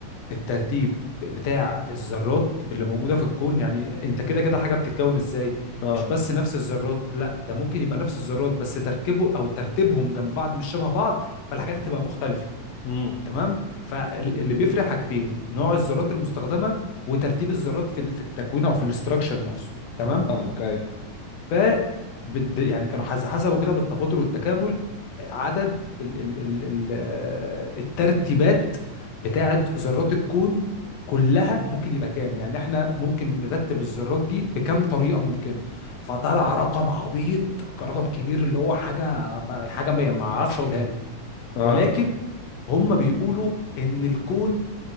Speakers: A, on the left; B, on the left.
A: الترتيب ب- بتاع الذرات اللي موجوده في الكون يعني انت كده كده الحاجه بتتكون ازاي
B: اه
A: مش بس نفس الذرات لا ده ممكن يبقى نفس الذرات بس تركيبه او ترتيبهم جنب بعض مش شبه بعض فالحاجات هتبقى مختلفه
B: امم
A: تمام فاللي بيفرق حاجتين نوع الذرات المستخدمه وترتيب الذرات في ال- في التكوين او في الاستراكشر نفسه تمام
B: فاهمك ايوه
A: ف بت- ب- يعني كانوا حس- حسبوا كده بالتفاضل والتكامل عدد ال ال ال ال آه، الترتيبات بتاعت ذرات الكون كلها ممكن يبقى كام يعني احنا ممكن نرتب الذرات دي بكام طريقه ممكنه فطلع رقم عبيط رقم كبير اللي هو حاجه ما- حاجه ما ما اعرفش اقولها لك
B: اه
A: ولكن هم بيقولوا ان الكون